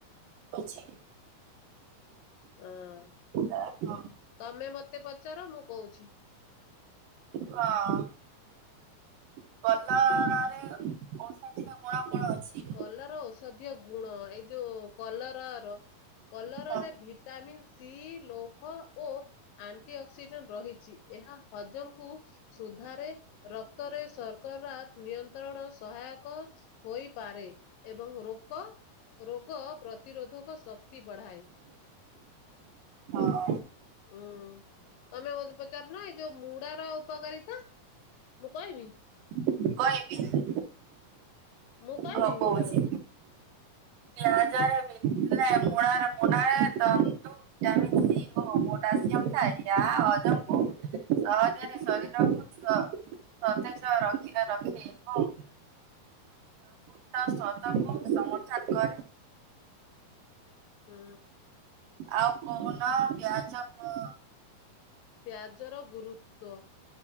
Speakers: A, on the right (about 75°); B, on the left (about 75°).
A: ଅଛି।
B: ଅଁ-
A: ହଁ।
B: ତମେ ମତେ ପଚାର ମୁଁ କହୁଚି।
A: ହଁ। କଲ ଔଷଧୀୟ ଗୁଣ କଣ ଅଛି?
B: କଲାର ଔଷଧୀୟ ଗୁଣ ଏଇ ଯଉ କଲରା ର। କଲରା
A: ହଁ।
B: ରେ ଭିଟାମିିନ୍ ସି, ଲୌହ ଓ ଆଣ୍ଟି ଅକ୍ସିଡେଣ୍ଟ୍ ରହିଚି ଏହା ହଜମକୁ ସୁଧାରେ ରକ୍ତରେ ଶର୍କରା ନିୟନ୍ତ୍ରଣ ସହାୟକ ହୋଇ ପାରେ ଏବଂ ରୋକ -ରୋଗ ପ୍ରତିରୋଧକ ଶକ୍ତି ବଢାଏ।
A: ହଁ
B: ହୁଁ ତମେ ମତେ ପଚାରୁନ ଏଇ ଯଉ ମୁଡାର ଉପକାରିତା। ମୁଁ କହିବି।
A: କହିଵି।
B: ମୁଁ କହିବି
A: ହଁ କହୁଚି।
B: ମୁଡାର।
A: ପିଆଜ ର ବି ନା ମୁଳାର- ମୁଳାର ତନ୍ତୁ ଭିଟାମିନ ସି ଓ ପୋଟାସିୟମ ଥାଏ ଜାହା ହଜମ କୁ, ସହଜରେ ଶରୀରକୁ ସ ସତେଜ ରଖି ବା ରଖେ। ହଁ। ଏଟା ସଦକୁ ସମର୍ଥନ କରେ।
B: ହୁଁ।
A: ଆଉ କହୁନ ପିଆଜ କ,
B: ପିଆଜର ଗୁରୁତ୍ୱ,